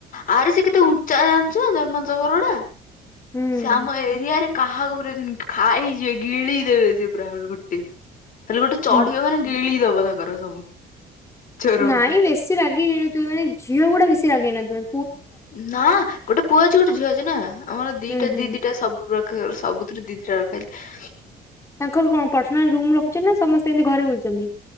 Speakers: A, on the left; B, on the left.
A: ଆରେ ସେ କେତେ ଉଞ୍ଚା ଜାଣିଚ ଜର୍ମାନ ସଫର ଗୁଡା?
B: ହୁଁ।
A: ସେ ଆମ ଏରିଆରେ କାହାକୁ ପୁରେଇ ଦେବେନି ଖାଇଯିବେ ଗିଳିଦେବେ ସିଏ ପୁରା ଗୋଟେ। ଖାଲି ଗୋଟେ ଚଢିବ
B: ହୁଁ।
A: ମାନେ ଗିଳିଦବ। ପଦାକର ସବୁ। ଚୋରଙ୍କର
B: ନାଇଁ ବେଶୀ ରାଗି ହେଇନଥିବ ମାନେ ଝିଅଗୁଡା ବେଶୀ ରାଗୀ ହେଇନଥିବ।
A: ନାଁ ଗୋଟେ ପୁଅ ଅଛି ଗୋଟେ ଝିଅ ଅଛି ନାଁ। ଆମର ଦିଟା
B: ହୁଁ ହୁଁ
A: ଦି ଦିଟା ସବୁ ପ୍ର କେ ସବୁଥୁରୁ ଦି ଦିଟା ରଖାହେଇଚି।
B: ତାଙ୍କର କଣ ପର୍ସନାଲ ରୁମ ରଖୁଚନ୍ତି ନାଁ ସମସ୍ତେ ଏମିତି ଘରେ ବୁଲୁଚନ୍ତି।